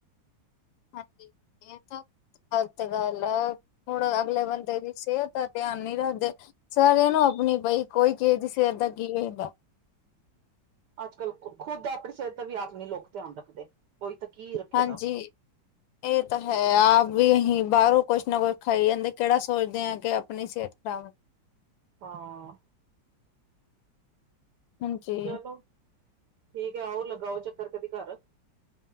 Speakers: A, on the left (about 80°); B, on the right (about 65°).
A: ਹਾਂਜੀ, ਏ ਤਾਂ ਗਲਤ ਗੱਲ ਆ, ਹੁਣ ਅਗਲੇ ਬੰਦੇ ਦੀ ਸੇਤ ਤਾਂ ਧਿਆਨ ਨੀ ਰੱਖਦੇ, ਸਾਰ ਇਹ ਨੂੰ ਆਪਣੀ ਪਈ ਕੋਈ ਕਿਸ ਦੀ ਸਿਹਤ ਦਾ ਕੀ ਹੁੰਦਾ।
B: ਅੱਜ ਕੱਲ੍ਹ ਖੁਦ ਆਪਣੀ ਸਿਹਤ ਦਾ ਵੀ ਆਪ ਨਹੀਂ ਲੋਕ ਧਿਆਨ ਰੱਖਦੇ। ਕੋਈ ਤਾਂ ਕੀ ਰੱਖੇਗਾ।
A: ਹਾਂਜੀ। ਇਹ ਤਾਂ ਹੈ ਆਪ ਵੀ ਅਸੀਂ ਬਾਹਰੋਂ ਕੁਛ ਨਾ ਕੁਛ ਖਾਈ ਜਾਂਦੇ ਕਿਹੜਾ ਸੋਚਦੇ ਹਾਂ ਕਿ ਆਪਣੀ ਸਿਹਤ ਖ਼ਰਾਬ
B: ਹਾਂ
A: ਹਾਂਜੀ।
B: ਚਲੋ ਠੀਕ ਐ ਆਓ ਲਗਾਓ ਚੱਕਰ ਕਦੀ ਘਰ